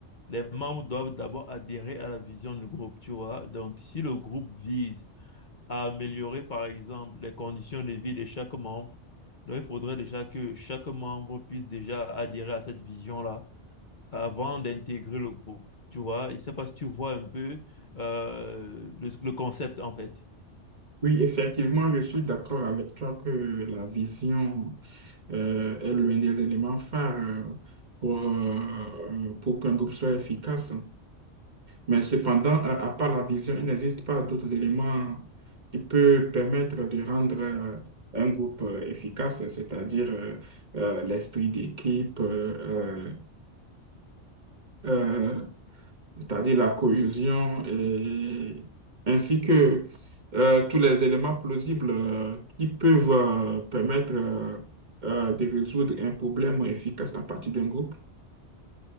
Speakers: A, on the left; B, on the right.
A: les membres doivent d'abord adhérer à la vision du groupe, tu vois. Donc, si le groupe vise à améliorer, par exemple, les conditions de vie de chaque membre, donc il faudrait déjà que chaque membre puisse déjà adhérer à cette vision-là avant d'intégrer le groupe. Tu vois, je ne sais pas si tu vois un peu euh, le, le concept en fait.
B: Oui, effectivement, je suis d'accord avec toi que la vision euh, est l'un des éléments phares euh, pour, euh, pour qu'un groupe soit efficace. Mais cependant, à, à part la vision, il n'existe pas d'autres éléments qui peuvent permettre de rendre euh, un groupe euh, efficace, c'est-à-dire euh, euh, l'esprit d'équipe, euh, euh, euh, c'est-à-dire la cohésion et ainsi que euh, tous les éléments plausibles euh, qui peuvent euh, permettre euh, euh, de résoudre un problème efficace à partir d'un groupe.